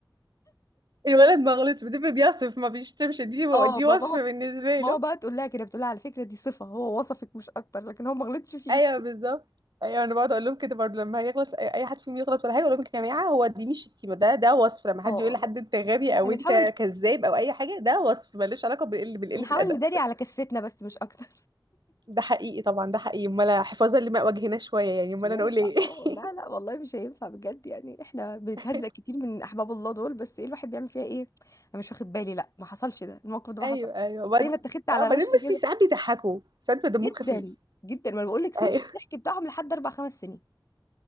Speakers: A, on the right (about 60°); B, on the left (about 45°).
A: الولد ما غلطش بتبقى بيصف ما بيشتمش دي
B: اه
A: دي
B: بابا
A: وصف بالنسبه
B: ماما
A: له
B: بقى تقول لها كده بتقول لها على فكرة دي صفة هو وصفك مش أكتر لكن هو ما غلطش فيكي
A: ايوه بالظبط ايوه انا بقعد اقول لهم كده برضه لما يغلط اي أي حد فيهم يغلط ولا حاجه اقول لهم يا جماعه هو دي مش شتيمه ده ده وصف لما حد
B: اه
A: يقول لحد انت غبي
B: احنا
A: او انت
B: بنحاول
A: كذاب او اي حاجه ده وصف ملوش علاقه بقل بالقله
B: بنحاول
A: الادب
B: نداري على كسفتنا بس مش اكتر
A: ده حقيقي طبعا ده حقيقي امال حفاظا لما وجهنا شويه يعني امال
B: مش هينفع
A: انا اقول ايه
B: اه
A: <laughs>
B: لا لا والله مش هينفع بجد يعني احنا بنتهزق
A: <laughs>
B: كتير من احباب الله دول بس ايه الواحد بيعمل فيها ايه انا مش واخد بالي لا ما حصلش ده الموقف ده ما
A: ايوه
B: حصلش
A: ايوه وبعد-
B: زي ما اتخذت على
A: اه بعدين
B: وشي
A: بس
B: كده
A: ساعات بيضحكوا ساعات بيبقى دمهم
B: جدا
A: خفيف
B: جدا ما بقول لك سن
A: ايوه
B: الضحك بتاعهم لحد اربع خمس سنين